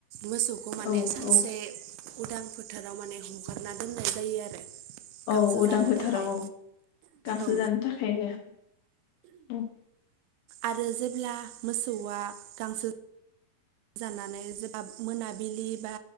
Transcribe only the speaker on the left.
औ
औ
औ
उदां
फोथाराव
औ गांसो
जानो थाखाय आरो औ <unintelligible>